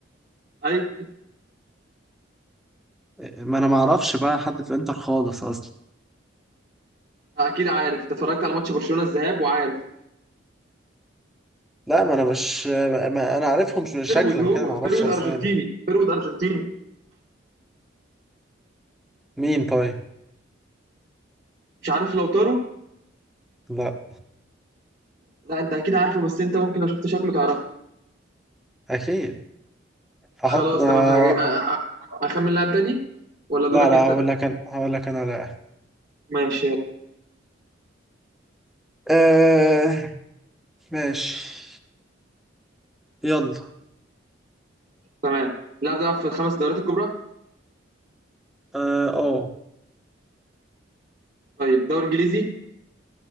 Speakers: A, on the right; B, in the centre.
A: ايوه
B: ما انا ما اعرفش بقى حد في انتر خالص اصلا
A: اكيد عارف انت اتفرجت على ماتش برشلونه الذهاب وعارف
B: لا ما انا مش ما انا عارفهم شكلا
A: فيرود هو
B: كده ما اعرفش
A: فيرود
B: اسامي
A: ارجنتيني فيرود ارجنتيني
B: مين طيب
A: مش عارف لو تارو
B: لا
A: لا انت اكيد عارفه بس انت ممكن لو شفت شكله تعرفه
B: اكيد هحط
A: خلاص
B: آه...
A: تمام هجي... أ- أ- اخمن لاعب تاني ولا دورك
B: لا لا
A: انت
B: هقول لك انا هقول لك انا لاعب
A: ماشي يلا.
B: آه... ماشي يلا
A: تمام اللاعب ده بيلعب في الخمس دوريات الكبرى
B: اه أوه.
A: طيب دوري انجليزي